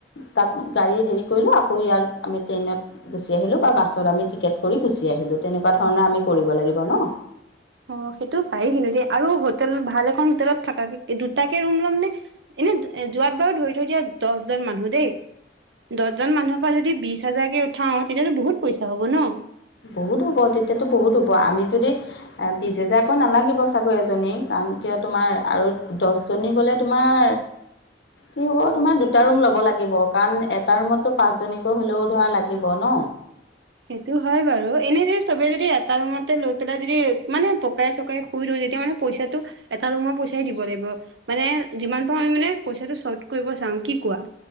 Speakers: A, on the left; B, on the right.
A: তাত গাড়ীৰ হেৰি কৰিলোঁ আকৌ ইয়াৰ আমি ট্ৰেইনত গুচি আহিলোঁ বা বাছত আমি টিকেট কৰি গুচি আহিলোঁ তেনেকুৱা ধৰণৰ আমি কৰিব লাগিব ন
B: অ সেইটো পায়েই কিন্তু দে আৰু হোটেল ভাল এখন হোটেলত থাকে দুটাকে ৰুম ল'ম নে এনে যোৱাত বাৰু ধৰি থৈ দিয়া দহজন মানুহ দেই দহজন মানুহৰ পৰা যদি বিশ হাজাৰকে উঠাও তেতিয়াহ'লে বহুত পইচা হ'ব ন
A: বহুত হ'ব তেতিয়াতো বহুত হ'ব আমি যদি বিশ হেজাৰকৈ নালাগিব চাগৈ এজনী কাৰণ কিয় তোমাৰ আৰু দহজনী গ'লে তোমাৰ কিহব তোমাৰ দুটা ৰোম লব লাগিব কাৰণ এটা ৰোমত পাঁচ জনী কৈ হ'লেও ধৰা লাগিব। উ
B: সেইটো হয় বাৰু এনে যদি চবে যদি এটা ৰুমতে লৈ পেলাই যদি মানে পকাই চকাই শুই ৰৈ তি মানে পইচাটো এটা ৰুমৰ পইচাই দিব লাগিব মানে যিমান পাৰ আমি মানে পইচাটো চত কৰিব। চাও কি কোৱা।